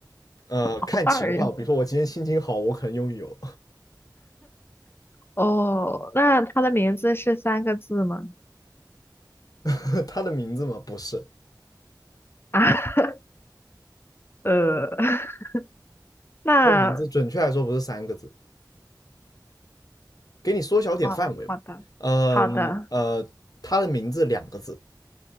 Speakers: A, on the left; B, on the left.
A: 呃，
B: 偶尔用。
A: 看情况，比如说我今天心情好，我可能用一用，
B: 哦，那它的名字是三个字吗？
A: <laughs> 他的名字吗？不是，
B: 啊，<laughs> 呃，<laughs> 那
A: 他的名字准确来说不是三个字，给你缩小点范围吧。
B: 哦，好的，
A: 嗯呃，
B: 好的，
A: 他的名字两个字，